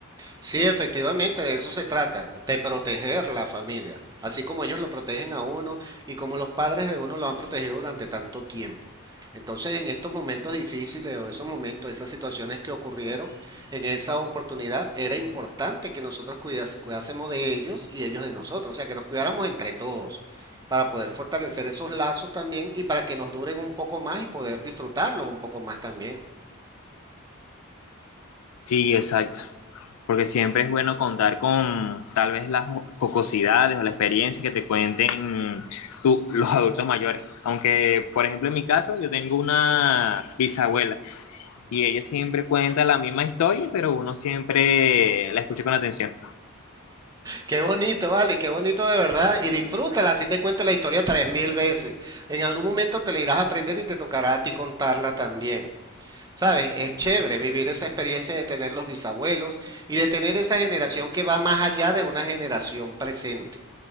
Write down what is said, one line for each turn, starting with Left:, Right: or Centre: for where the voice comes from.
Right: Sí, efectivamente, de eso se trata, de proteger la familia, así como ellos lo protegen a uno y como los padres de uno lo han protegido durante tanto tiempo. Entonces, en estos momentos difíciles o esos momentos, esas situaciones que ocurrieron en esa oportunidad, era importante que nosotros cuidas- cuidásemos de ellos y ellos de nosotros, o sea, que nos cuidáramos entre todos para poder fortalecer esos lazos también y para que nos duren un poco más y poder disfrutarlos un poco más también.
Left: Sí, exacto. Porque siempre es bueno contar con tal vez las jo- jocosidades o la experiencia que te cuenten tú, los adultos mayores. Aunque, por ejemplo, en mi caso, yo tengo una bisabuela y ella siempre cuenta la misma historia, pero uno siempre la escucha con atención.
Right: Qué bonito, vale, qué bonito de verdad. Y disfrútala, así te cuento la historia tres mil veces. En algún momento te la irás a aprender y te tocará a ti contarla también. ¿Sabes? Es chévere vivir esa experiencia de tener los bisabuelos y de tener esa generación que va más allá de una generación presente.